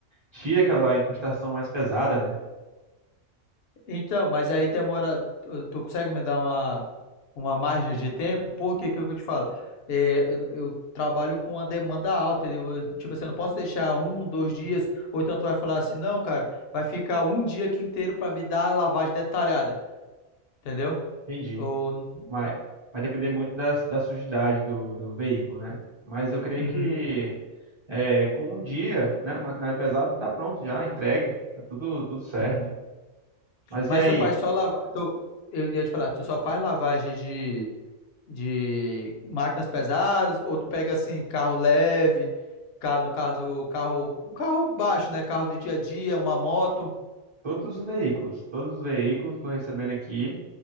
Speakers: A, on the right; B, on the left.
A: tira aquela incrustação mais pesada, né?
B: Então, mas aí demora. Tu tu consegue me dar uma, uma margem de tempo? Porque que é o que eu te falo? É, eu, eu trabalho com uma demanda alta, entendeu? Eu, tipo assim, eu não posso deixar um, dois dias, ou então tu vai falar assim, não, cara, vai ficar um dia aqui inteiro pra me dar a lavagem detalhada, entendeu?
A: Entendi.
B: Ou,
A: Vai, vai depender muito da, da sujidade do, do veículo, né? Mas eu creio
B: Uhum,
A: que é, com um dia, né, o maquinário pesado está pronto já, entregue, tá tudo, tudo certo.
B: uhum.
A: Mas
B: Mas
A: e aí?
B: tu faz só lavagem. Tu... Eu ia te falar, tu só faz lavagem de. de máquinas pesadas, ou tu pega assim, carro leve, ca- no caso, carro, o carro baixo, né? Carro do dia a dia, uma moto.
A: Todos os veículos, todos os veículos estou recebendo aqui,